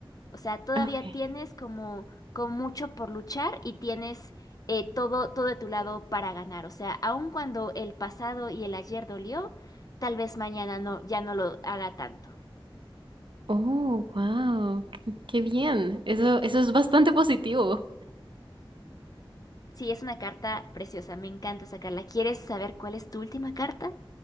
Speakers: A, on the left (about 45°); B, on the right (about 65°).
A: O sea, todavía
B: Ok.
A: tienes como, como mucho por luchar y tienes eh, todo, todo de tu lado para ganar. O sea, aun cuando el pasado y el ayer dolió, tal vez mañana no, ya no lo hará tanto.
B: Oh, wow, qué bien. Eso, eso es bastante positivo.
A: Sí, es una carta preciosa, me encanta sacarla. ¿Quieres saber cuál es tu última carta?